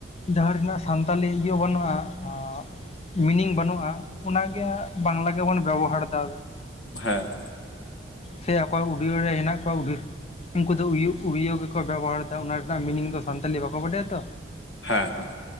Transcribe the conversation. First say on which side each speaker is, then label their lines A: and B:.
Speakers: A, on the left (about 35°); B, on the left (about 80°).
A: ᱡᱟᱦᱟᱸ ᱨᱮᱱᱟᱜ ᱥᱟᱱ ᱥᱟᱱᱛᱟᱞᱤ ᱤᱭᱟᱹ ᱵᱟᱹᱱᱩᱜᱼᱟ ᱮᱸᱜ ᱢᱤᱱᱤᱝ ᱵᱟᱹᱱᱩᱜᱼᱟ ᱚᱱᱟᱜᱮ ᱵᱟᱝᱞᱟ ᱜᱮᱵᱚᱱ ᱵᱮᱵᱚᱦᱟᱨ ᱮᱫᱟ ᱟᱻ
B: ᱦᱮᱸ
A: ᱥᱮ ᱚᱠᱚᱭ ᱩᱰᱤᱭᱳ ᱨᱮ ᱦᱮᱱᱟᱜ ᱠᱚᱣᱟ ᱩᱰᱤᱴ ᱩᱱᱠᱩ ᱫᱚ ᱩᱭ ᱩᱲᱤᱭᱟᱹ ᱜᱮᱠᱚ ᱵᱮᱵᱚᱦᱟᱨᱮᱫᱟ ᱚᱱᱟ ᱨᱮᱱᱟᱜ ᱢᱤᱱᱤᱝ ᱫᱚ ᱥᱟᱱᱛᱟᱞᱤ ᱵᱟᱠᱚ ᱵᱟᱰᱟᱭᱟ ᱛᱚ
B: ᱦᱮᱸ ᱦᱮᱸ